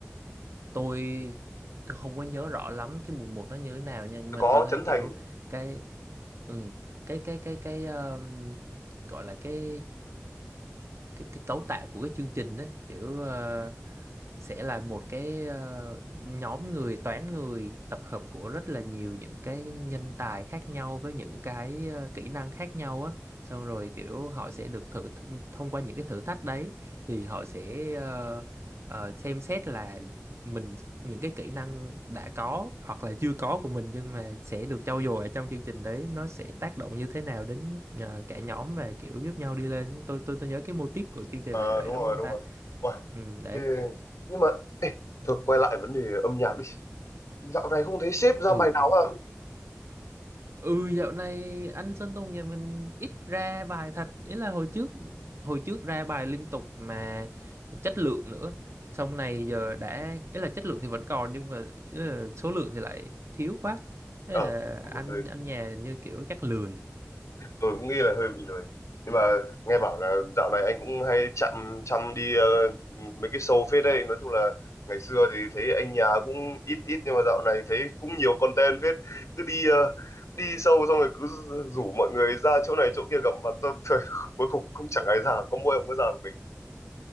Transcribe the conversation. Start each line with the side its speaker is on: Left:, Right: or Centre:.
Right: Tôi tôi không có nhớ rõ lắm cái mùa một nó như thế nào nha, nhưng mà
Left: có
Right: tôi thấy
Left: Trấn
Right: kiểu
Left: Thành
Right: cái ừ, cái cái cái cái um, gọi là cái cái cái cấu tạo của cái chương trình đấy, kiểu ờ, sẽ là một cái ờ, nhóm người toán người tập hợp của rất là nhiều những cái nhân tài khác nhau với những cái ờ, kỹ năng khác nhau á xong rồi kiểu họ sẽ được thử th- thông qua những cái thử thách đấy thì họ sẽ ờ, ờ, xem xét là mình những cái kỹ năng đã có hoặc là chưa có của mình nhưng mà sẽ được trau dồi ở trong chương trình đấy nó sẽ tác động như thế nào đến ờ, cả nhóm và kiểu giúp nhau đi lên tôi tôi tôi nhớ cái mô típ của chương trình
Left: Ờ,
Right: là như vậy
Left: đúng
Right: đúng
Left: rồi
Right: không
Left: đúng
Right: ta
Left: rồi Uầy,
Right: ừ đấy
Left: thế- nhưng mà ê, thôi quay lại vấn đề âm nhạc đi dạo này không thấy sếp ra
Right: ừ
Left: bài nào
Right: ừ
Left: à
Right: Ừ dạo này anh Sơn Tùng nhà mình ít ra bài thật ý là hồi trước hồi trước ra bài liên tục mà chất lượng nữa xong này giờ đã ý là chất lượng thì vẫn còn nhưng mà ý là số lượng thì lại thiếu quá Ý
Left: ờ
Right: là
Left: đúng
Right: anh
Left: rồi
Right: anh nhà như kiểu chắc lười
Left: tôi cũng nghĩ là hơi bị lười nhưng mà nghe bảo là dạo này anh cũng hay chăm chăm đi ờ, mấy cái show phết đấy nói chung là ngày xưa thì thấy anh nhà cũng ít ít nhưng mà dạo này thấy cũng nhiều content phết cứ đi ờ, đi show xong rồi cứ rủ mọi người ra chỗ này chỗ kia gặp mặt xong rồi <laughs> cuối cùng cũng chẳng ai ra có mỗi ông có ra của mình